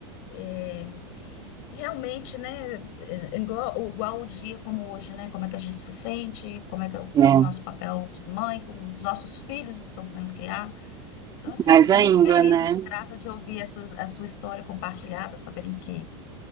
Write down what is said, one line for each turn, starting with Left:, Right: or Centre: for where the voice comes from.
Left: é, realmente, né? é, Igual, igual o dia como hoje, né? Como é que a gente se sente, como é que com
Right: É.
Left: o nosso papel de mãe, como os nossos filhos estão sendo criados. Então, assim,
Right: Mas
Left: eu fico
Right: ainda,
Left: muito feliz,
Right: né?
Left: muito grata de ouvir a sua, a sua história compartilhada, sabendo que